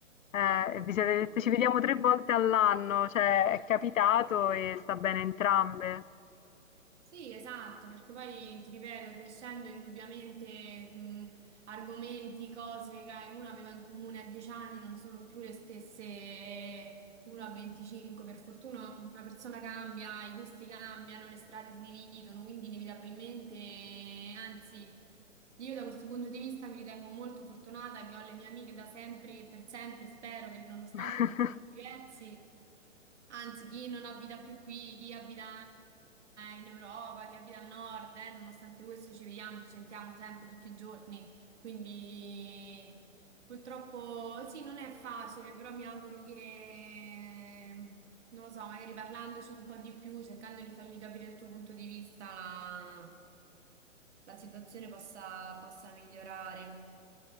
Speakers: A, on the left (about 85°); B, on the right (about 60°).
A: eh, e vi siete dette ci vediamo tre volte all'anno, cioè, è capitato e sta bene entrambe.
B: Sì, esatto, perché poi ti ripeto, crescendo indubbiamente mh, argomenti, cose che uno aveva in comune a 10 anni non sono più le stesse che uno a 25. Per fortuna una persona cambia, i gusti cambiano, le strade si dividono, quindi inevitabilmente, anzi, io da questo punto di vista mi ritengo molto fortunata che ho le mie amiche da sempre e per sempre, spero che nonostante
A: <laughs>
B: percorsi diversi Anzi, chi non abita più qui, chi abita in Europa, chi abita al nord, eh, nonostante questo ci vediamo, ci sentiamo sempre tutti i giorni. Quindi purtroppo sì, non è facile, però mi auguro che, non lo so, magari parlandoci un po' di più, cercando di fargli capire il tuo punto di vista, la, la situazione possa, possa migliorare.